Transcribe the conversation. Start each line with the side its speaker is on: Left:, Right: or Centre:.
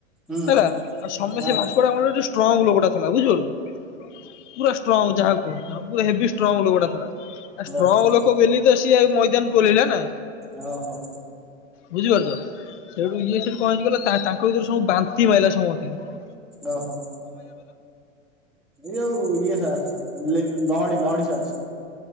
Centre: ହୁଁ
Left: ହେଲା ଆଉ ସମସ୍ତେ
Centre: ହଁ।
Left: ଭାସ୍ ସ୍କୋଡାଗାମା ଗୋଟେ ଷ୍ଟ୍ରଙ୍ଗ ଲୋକ ଟା ଥିଲା ବୁଝିପାରୁଛ ପୁରା ଷ୍ଟ୍ରଙ୍ଗ ଯାହାକୁ ହେଭି ଷ୍ଟ୍ରଙ୍ଗ ଲୋକଟା ଥିଲା ଆଉ ଷ୍ଟ୍ରଙ୍ଗ
Centre: ଓହୋ
Left: ଲୋକ ବୋଲି ତ ସିଏ ଆଉ ମଇଦାନକୁ ଓହ୍ଲେଇିଲା ନା।
Centre: ଓ ହୋ।
Left: ବୁଝିପାରୁଛ ସେଇଠୁ ଇଏ ସେଠୁ କଣ ହେଇଛି କହିଲ ତା ତାଙ୍କ ଭିତରୁ ସବୁ ବାନ୍ତି ମାଇଲା ସମସ୍ତିଙ୍କୁ,
Centre: ଓ ହୋ, ଏଇ ଯୋଉ ଇଏ ଟା ଲେଲ୍ ଲହଡ଼ି-ଲହଡ଼ି ସାସ୍